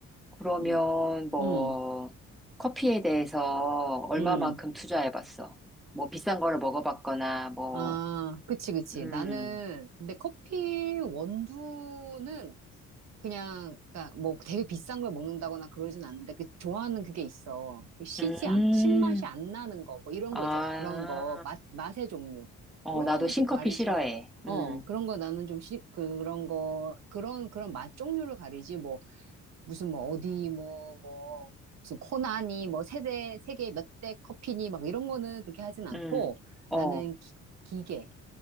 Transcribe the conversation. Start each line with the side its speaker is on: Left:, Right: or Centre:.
Centre: 그러면
Right: 음,
Centre: 뭐
Right: 음,
Centre: 커피에 대해서 얼마만큼
Right: 음.
Centre: 투자해봤어? 뭐 비싼 거를 먹어봤거나 뭐
Right: 아, 그치, 그치.
Centre: 음,
Right: 나는, 근데 커피 원두는 그냥 그니까 뭐 되게 비싼 걸 먹는다거나 그러진 않는데 그 좋아하는 그게 있어. 그 시지
Centre: 음,
Right: 안, 신맛이 안 나는 거 뭐 이런
Centre: 아,
Right: 거 있잖아. 그런 거 맛, 맛의 종류.
Centre: 어,
Right: 그런
Centre: 나도
Right: 거는
Centre: 신커피
Right: 좀 가리지.
Centre: 싫어해.
Right: 어,
Centre: 음,
Right: 그런 거 나는 좀 시, 그런 거 그런 그런 맛 종류를 가리지 뭐 무슨 뭐 어디 뭐 뭐 무슨 코나니 뭐 세대 세계 몇 대 커피니 막 이런 거는 그렇게 하진 않고
Centre: 음, 어,
Right: 나는 기, 기계